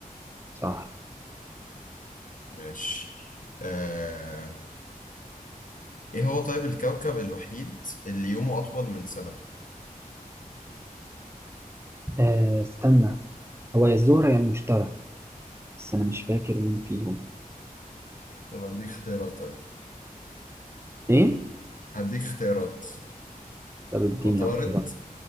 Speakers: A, on the right; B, on the left.
A: صح
B: ماشي آه إيه هو طيب الكوكب الوحيد اللي يومه أطول من سنته
A: آه استنى هو يا الزهرة يا المشتري بس انا مش فاكر مين فيهم
B: طب هديك اختيارات طيب
A: ايه
B: هديك اختيارات
A: طب اديني
B: عطارد
A: اختيارات